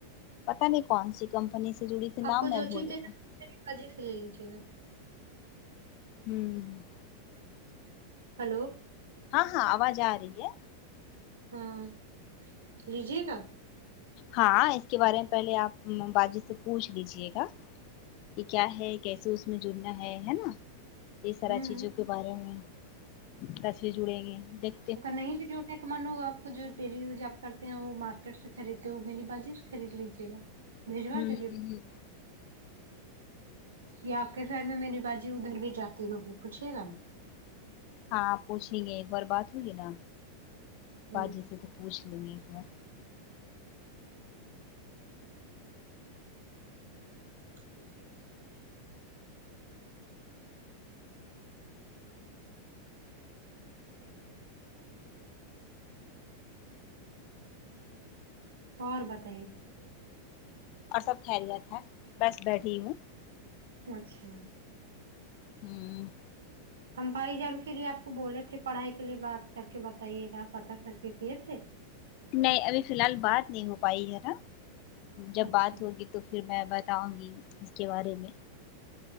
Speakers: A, on the left; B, on the right.
A: پتا نہیں کون سی کمپنی سے جڑی تھی
B: آپ
A: نام
B: کو
A: میں
B: جو
A: بھول
B: چیز
A: رہی
B: لینا
A: ہوں
B: میری باجی لے لیجیے گا
A: ہوں
B: ہلو
A: ہاں ہاں آواز آ رہی ہے
B: ہاں لیجیے گا
A: ہاں اس کے بارے میں پہلے آپ باجی سے پوچھ لیجیے گا کہ کیا ہے کیسے اس میں جڑنا ہے ہے نا یہ سارا
B: ہوں
A: چیزوں کے بارے میں کیسے جڑیں گے دیک
B: اگر نہیں بھی جوڑنے کا من ہوگا آپ کو جو ڈیلی یوز آپ کرتے ہیں وہ مارکیٹ سے خریدتے ہو میری باجی خرید لیجے گا بھیجوا
A: ہوں
B: دونگی
A: ہ
B: یا آپ کے سائڈ میں میری باجی ادھر بھی جاتی ہوگی پوچھیے گا نا
A: ہاں پوچھین گے ایک بار بات ہوئی نا باجی
B: ہوں
A: سے تو پوچھ لیں گے ایک بار
B: <unintelligible> اور بتائیے
A: اور سب خیریت ہے بس بیٹھی ہوں
B: اچھا
A: ہوں
B: ہم بھائی جان پھر یہ آپ کو بولے تھے پڑھائی کے لیے بات کر کے بتائیے گا پتا کر کے کیے تھے
A: نہیں ابھی فی الحال بات نہیں ہو پائی ہے نا جب
B: اچھا
A: بات ہوگی تو پھر میں بتاؤں گی اس کے بارے میں